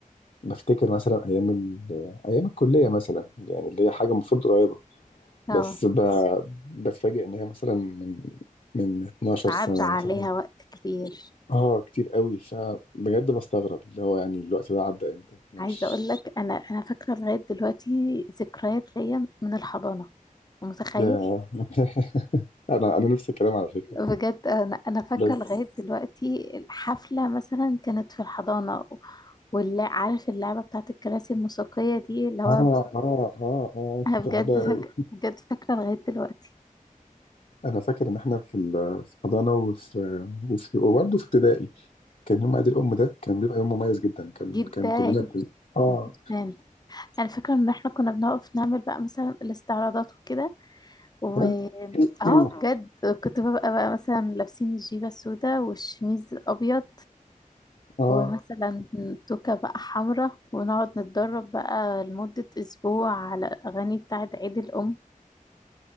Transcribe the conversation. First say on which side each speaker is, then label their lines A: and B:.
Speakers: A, on the left; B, on the left.
A: بفتكر مثلا ايام ال... ايام الكليه مثلا يعني اللي هي حاجه المفروض قريبه
B: اه
A: بس ب... بتفاجئ ان هي مثلا من من 12
B: عدى
A: سنه
B: عليها
A: مثلا
B: وقت كبير
A: اه كتير قوي فبجد بستغرب اللي هو يعني الوقت ده عدى امتى انا
B: عايزة
A: مش
B: اقول لك انا انا فاكرة لغاية دلوقتي ذكريات ليا من الحضانة متخيل
A: ياه <laughs> انا انا نفس الكلام على فكره
B: بجد انا انا فاكره
A: بس
B: لغايه دلوقتي الحفله مثلا كانت في الحضانه واللي عارف اللعبه بتاعت الكراسي الموسيقيه دي اللي هو
A: اه اه اه اه
B: انا
A: كنت
B: بجد
A: بحبها
B: فاك...
A: قوي
B: بجد فاكره لغايه دلوقتي
A: انا فاكر ان احنا في ال- في الحضانه وفي وفي وبرضه في ابتدائي كان يوم عيد الام ده كان بيبقى يوم مميز جدا كان
B: جدا
A: كان كلنا بن... اه
B: جدا انا فاكره ان احنا كنا بنقف نعمل بقى مثلا الاستعراضات وكده و
A: كان <coughs>
B: اه بجد
A: <clears throat>
B: كنت ببقى بقى مثلا لابسين الجيبه السوداء والشميز الابيض
A: اه
B: ومثلا توكه بقى حمراء ونقعد نتدرب بقى لمده اسبوع على الاغاني بتاعه عيد الام